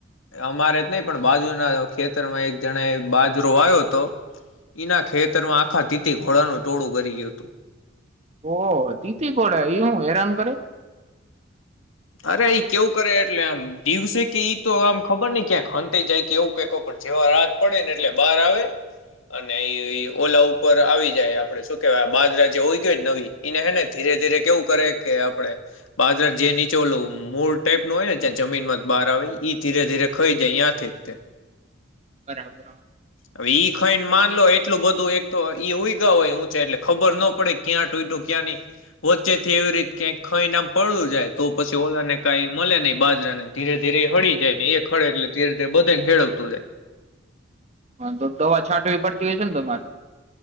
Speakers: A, on the left; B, on the right.
A: અમારે નહી પણ બાજુના ખેતરમાં એક જણા બાજરો આવ્યો હતો ઈના ખે ખેતરમાં આખા તીતી તોડાનું ટોળું ગરી ગયું હતું.
B: ઓહ તીતી ઘોડ એ હું હેરાન કરે.
A: અરે ઈ કેવું કરે એટલે આમ દિવસે કે ઈ તો આમ ખબર ની ક્યાં હંતાઈ જાય કે એવું ક જેવા રાત પડેને એટલે બહાર આવે અને ઈ ઓલા ઉપર આવી જાય આપડે શું કેવાય બાજરા જે હોય ગય ને નવી ને હેને ધીરે ધીરે કેવું કરે કે આપડે બાજરા જે ની ચોલું મૂળ ટાઈપ નું હોય ને જ્યાં જમીન માં જ બહાર આવે ઈ ધીરે ધીરે ખાઈ જાય ત્યાંથી જ-
B: બરાબર
A: હવે ઈ ખાઈને માનલો એટલું બધું એક તો એ ઉગયો હોયે ઉંચો ઊંચે એટલે ખબર ન પડે ક્યાં તુંતોયે ક્યાં નહી વચ્ચેથી એવી રીતે ક ખાઈ નામ પડું જાય. તો પછી ઓલાને કાઈ મળે નહી બાજરાને ધીરે ધીરે હળી જાય ને એક હળે એટલે ધીરે ધીરે બધાને હેળવતું જાય.
B: હ તો દવા છાંટવી પડતી હોય છે ને તમારે.